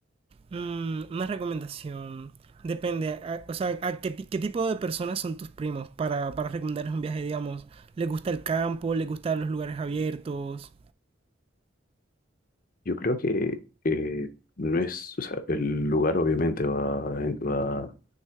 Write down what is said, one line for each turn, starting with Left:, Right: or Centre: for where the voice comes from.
Right: Mm, una recomendación. Depende, a- o sea, a qué, ti- qué tipo de personas son tus primos para, para recomendarles un viaje, digamos? ¿Les gusta el campo? ¿Les gustan los lugares abiertos?
Left: Yo creo que eh, no es, o sea, el lugar obviamente va, va